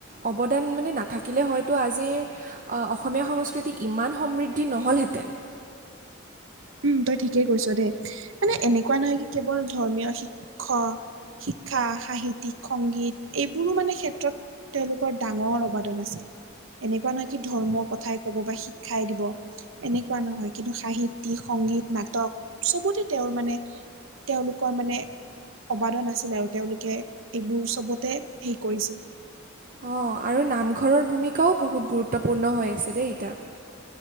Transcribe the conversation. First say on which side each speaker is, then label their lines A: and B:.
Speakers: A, on the right; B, on the right.
A: অৱদান মানে নাথাকিলে হয়তো আজিৰ অ, অসমীয়া সংস্কৃতি ইমান সমৃদ্ধি নহ'লহেঁতেন।
B: উম, তই ঠিকেই কৈছ দে মানে এনেকুৱা নহয় কি কেৱল ধৰ্মীয় শিক্ষ শিক্ষা, সাহিত্যিক, সংগীত এইবোৰো মানে ক্ষেত্ৰত তেওঁলোকৰ ডাঙৰ অবাদন আছে। এনেকুৱা নহয় কি ধৰ্মৰ কথাই কব বা শিক্ষাই দিব এনেকুৱা নহয় কিন্তু সাহিত <unintelligible> সংগীত নাটক চবতে তেওঁৰ মানে তেওঁলোকৰ মানে অবাদন আছিল আৰু তেওঁলোকে এইবোৰ চবতে হেই কৰিছিল।
A: অ, আৰু নামঘৰৰ ভূমিকাও বহুত গুৰুত্বপূৰ্ণ হৈ আছে দেই এতা।